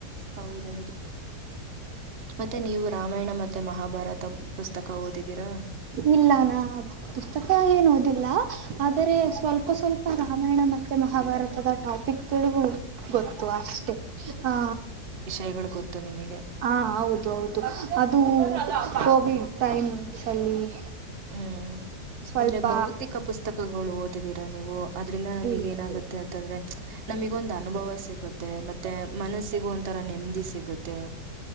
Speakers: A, on the right (about 50°); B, on the right (about 70°).
A: ಹೌದೌದು ಮತ್ತೆ ನೀವು ರಾಮಾಯಣ ಮ ಮತ್ತೆ ಮಹಾಭಾರತ ಪುಸ್ತಕ ಓದಿದೀರಾ
B: ಇಲ್ಲ ನಾ ಪುಸ್ತಕ ಏನು ಓದಿಲ್ಲ ಆದರೆ ಸ್ವಲ್ಪ ಸ್ವಲ್ಪ ರಾಮಾಯಣ ಮತ್ತೆ ಮಹಾಭಾರತದ ಟಾಪಿಕ್ಗಳು ಗೊತ್ತು ಅಷ್ಟೆ ಹ
A: ಐಹೊಳಿ ಗೊತ್ತಾ ನಿಮಗೆ
B: ಹಾ ಹೌದು ಹೌದು ಅದು ಕೋವಿಡ್ ಟೈಮ್ಸ್ ಅಲ್ಲಿ
A: ಹ್ಮ್
B: ಸ್ವಲ್ಪ
A: ಅಂದ್ರೆ ಬಹುತೇಕ ಪುಸ್ತಕಗಳು ಓದಿದಿರ ನೀವು ನಿಮ್ಮ
B: ಇತ್ತು
A: ಏನಾಗುತ್ತೆ ಅಂತ ನನಗೊಂದು ಅರ್ಥ ಆಗುತ್ತೆ ಅನುಭವ ಸಿಗುತ್ತೆ ಮತ್ತೆ ಮನಸ್ಸಿಗ ಒಂಥರ ನೆಮ್ಮದಿ ಸಿಗುತ್ತೆ